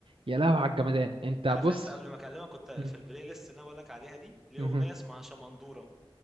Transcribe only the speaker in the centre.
عارف
لسه قبل ما اكلمك كنت في
البلاي ليست اللي انا بقولك عليها دي ليه
اغنية اسمها شمندورة